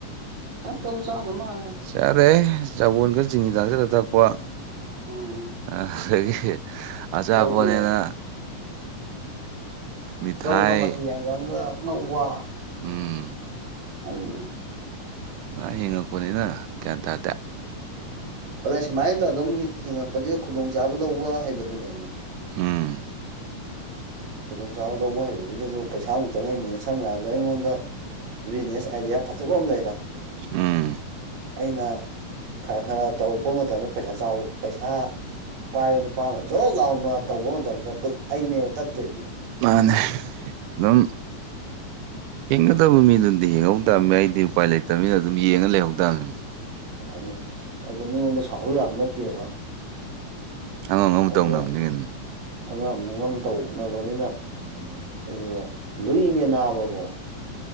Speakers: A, on the right; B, on the right.
A: ꯀꯩꯝ ꯇꯧꯕ ꯆꯥꯗꯕ ꯃꯥꯜꯂꯦ
B: ꯆꯥꯔꯦ ꯆꯕꯣꯟꯒ ꯆꯤꯅꯤ ꯇꯥꯡꯁꯤꯂꯒ ꯊꯥꯛꯄ
A: ꯎꯝ
B: ꯑꯗꯒꯤ ꯑꯁꯥ
A: ꯆꯧꯒ
B: ꯐꯅꯦꯅ
A: ꯌꯥꯏ
B: ꯃꯤꯊꯥꯏ
A: ꯆꯧꯒ ꯃꯆꯨ ꯌꯥꯏꯒꯪꯒ ꯅꯧꯕ
B: ꯎꯝ
A: ꯑꯗꯨ
B: ꯑ ꯍꯤꯡꯉꯛꯄꯣꯅꯤꯅ ꯀꯇ ꯍꯥꯏꯗꯦ
A: ꯑꯗ ꯁꯨꯃꯥꯏꯅꯗ ꯑꯗꯨꯝ ꯍꯤꯡꯉꯛꯄꯁꯤꯗ ꯈꯨꯗꯣꯡꯆꯥꯕ ꯂꯧꯕ ꯍꯩꯕꯗꯨꯅꯦꯕꯅꯦ
B: ꯎꯝ
A: ꯈꯨꯗꯣꯡꯆꯥꯕ ꯂꯧꯕ ꯍꯩꯕꯁꯤꯗꯁꯨ ꯄꯩꯁꯥꯃꯨꯛ ꯆꯪꯉꯛꯏꯕꯃꯤꯅ ꯁꯝꯅ ꯍꯥꯏꯔꯕꯗ ꯑꯩꯉꯣꯟꯗ ꯕꯤꯖꯤꯅꯦꯁ ꯑꯥꯏꯗꯤꯌꯥ ꯐꯖꯕ ꯑꯃ ꯂꯩꯔꯦ
B: ꯎꯝ
A: ꯑꯩꯅ ꯈꯔ ꯈꯔ ꯇꯧꯔꯛꯄ ꯃꯇꯝꯗ ꯄꯩꯁꯥ ꯆꯥꯎ ꯄꯩꯁꯥ ꯄꯥꯏꯕ ꯅꯨꯄꯥꯅ ꯖꯣꯕ ꯂꯥꯎꯅ ꯇꯧꯕ ꯃꯇꯝꯗ ꯑꯩꯅꯦꯕ ꯇꯠꯇꯣꯏꯗꯤ
B: ꯃꯥꯅꯦ ꯑꯗꯨꯝ ꯍꯤꯡꯒꯗꯕ ꯃꯤꯗꯨꯗꯤ ꯍꯤꯡꯍꯧ ꯇꯥꯕꯅꯤ ꯑꯩꯗꯤ ꯎꯄꯥꯏ ꯂꯩꯇꯕꯅꯤꯅ ꯑꯗꯨꯝ ꯌꯦꯡꯉ ꯂꯩꯍꯧꯗꯥꯕꯅꯤ
A: ꯑꯅꯤ ꯑꯗꯨ ꯃꯤꯉꯣꯟꯗ ꯁꯥꯎꯔ ꯌꯥꯝ ꯅꯠꯇꯦꯕ
B: ꯑꯉꯥꯡ ꯑꯃ
A: ꯑꯗꯨꯗ
B: ꯇꯧꯅꯕꯅꯦ ꯀ
A: ꯑꯉꯝ ꯑꯉꯝ ꯇꯧꯅꯕꯅꯤꯅ ꯑꯗꯨꯅ ꯂꯨꯏ ꯃ ꯅꯥꯕꯕꯣ